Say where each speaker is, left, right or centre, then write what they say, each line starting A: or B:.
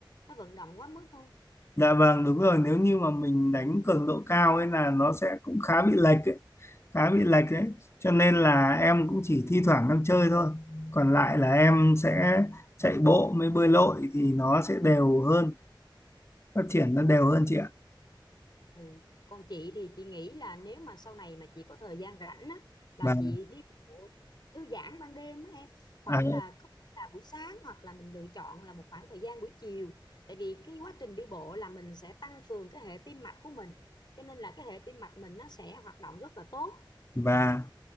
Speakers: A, on the left (about 60°); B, on the left (about 30°).
A: nó vận động quá mức không
B: dạ vâng đúng rồi nếu như mà mình đánh cường độ cao ấy là nó sẽ cũng khá bị lệch ấy, khá bị lệch đấy cho nên là em cũng chỉ thi thoảng em chơi thôi còn lại là em sẽ chạy bộ mới bơi lội thì nó sẽ đều hơn phát triển nó đều hơn chị ạ
A: ừ còn chị thì chị nghĩ là nếu mà sau này mà chị có thời gian rảnh á là
B: và
A: chị đi bộ thư giãn ban đêm á em khoảng
B: à,
A: là có thể là buổi sáng hoặc là mình lựa chọn là một khoảng thời gian buổi chiều tại vì cái quá trình đi bộ là mình sẽ tăng cường cái hệ tim mạch của mình cho nên là cái hệ tim mạch mình nó sẽ hoạt động rất là tốt
B: và